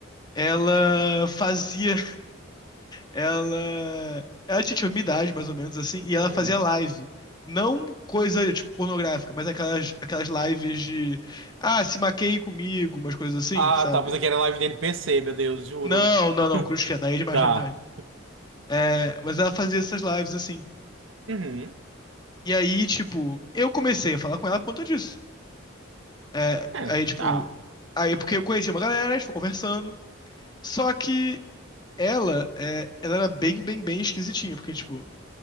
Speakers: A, on the left; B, on the right.
A: ela fazia ela. Ela tinha, tipo, minha idade, mais ou menos, assim, e ela
B: Uhum.
A: fazia live. Não coisa, tipo, pornográfica, mas aquelas, aquelas lives de. Ah, se maqueie comigo, umas coisas assim,
B: Ah,
A: sabe?
B: tá. Pensei que era live de NPC, meu Deus, juro.
A: Não, não, não,
B: <laughs>
A: cruz credo, aí é demais
B: Tá.
A: pra mim também. É, mas ela fazia essas lives, assim.
B: Uhum.
A: E aí, tipo, eu comecei a falar com ela por conta disso. É,
B: É,
A: aí, tipo.
B: tá.
A: Aí, porque eu conheci uma galera, a gente foi conversando. Só que ela, é, ela era bem, bem, bem esquisitinha, porque, tipo.